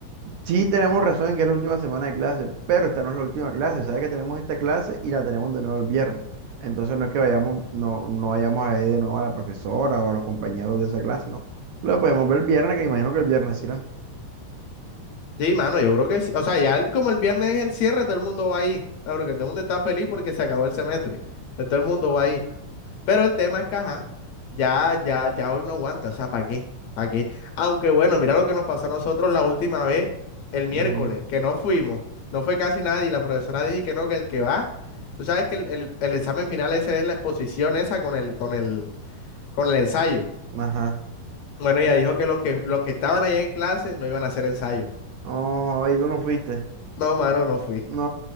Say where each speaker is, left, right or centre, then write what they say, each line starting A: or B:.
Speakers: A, on the right; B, on the left.
A: sí tenemos razón en que es la última semana de clase, pero esta no es la última clase, sabes que tenemos esta clase y la tenemos de nuevo el viernes. Entonces no es que vayamos, no, no vayamos a ver de nuevo a la profesora o a los compañeros de esa clase, no. Lo podemos ver el viernes, que imagino que el viernes irán.
B: Sí, mano, yo creo que sí. O sea, ya el- como el viernes es el cierre, todo el mundo va ahí. Ah, Porque todo el mundo está feliz porque se acabó el semestre. Entonces, Todo el mundo va ahí. Pero el tema es que, ajá, ya, ya, ya hoy no aguanta. O sea, ¿para qué? ¿Para qué? Aunque bueno, mira lo que nos pasó a nosotros la última vez, el miércoles,
A: Ujú,
B: que no fuimos. No fue casi nadie. La profesora dijo que no, que el que va. Tú sabes que el, el- el examen final ese es la exposición esa con el, con el, con el ensayo.
A: Ajá.
B: Bueno, ella dijo que los que, los que estaban allá en clase no iban a hacer ensayo.
A: No, y tú no fuiste.
B: No, mano, no fui.
A: No,